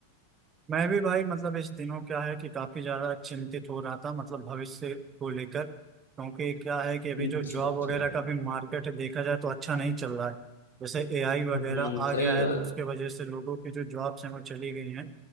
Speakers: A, on the right (about 25°); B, on the left (about 65°).
A: मैं भी भाई मतलब इस दिनों क्या है कि काफी ज्यादा चिंतित हो रहा था मतलब भविष्य को लेकर क्योंकि क्या है कि अभी
B: अच्छा
A: जो जॉब
B: अच्छा
A: वगैरह का भी मार्केट है, देखा जाए तो अच्छा नहीं चल रहा है जैसे एआई
B: हम्म
A: वगैरह आ
B: सही
A: गया है
B: बात
A: तो उसके वजह से लोगों की जो जॉब्स हैं वो चली गई हैं